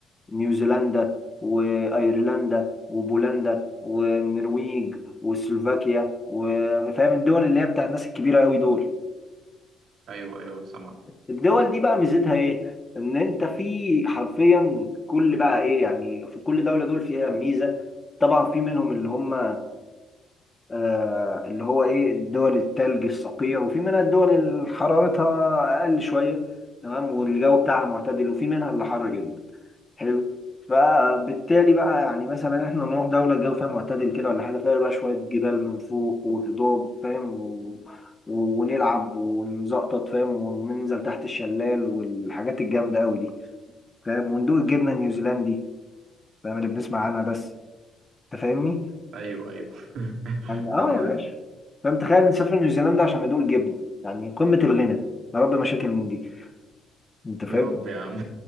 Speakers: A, on the left; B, on the right.
A: نيوزيلندا وايرلندا وبولندا والنرويج وسلوفاكيا وفاهم الدول اللي هي بتاع الناس الكبيره قوي دول
B: أيوه أيوه سامع
A: الدول دي بقى ميزتها ايه ان انت في حرفيا كل بقى ايه يعني في كل دوله دول فيها ميزه طبعا في منهم اللي هم آه، اللي هو ايه الدول التلج الصقيع وفي منها الدول اللي حرارتها اقل شويه تمام والجو بتاعها معتدل وفي منها اللي حر جدا حلو فبالتالي بقى يعني مثلا احنا نروح دوله الجو فيها معتدل كده ولا حاجه فيها بقى شويه جبال من فوق وهضاب فاهم و... و- ونلعب ونزقطط فاهم وننزل تحت الشلال والحاجات الجامده قوي دي فاهم وندوق الجبنه النيوزيلندي فاهم اللي بنسمع عنها بس انت فاهمني
B: ايوه ايوه <laughs>
A: يعني اه
B: اه معاك
A: يا باشا فاهم تخيل نسافر نيوزيلندا عشان ندوق جبنه يعني قمه الغنى يا رب مشاكل من دي انت فاهم
B: يا رب يا عم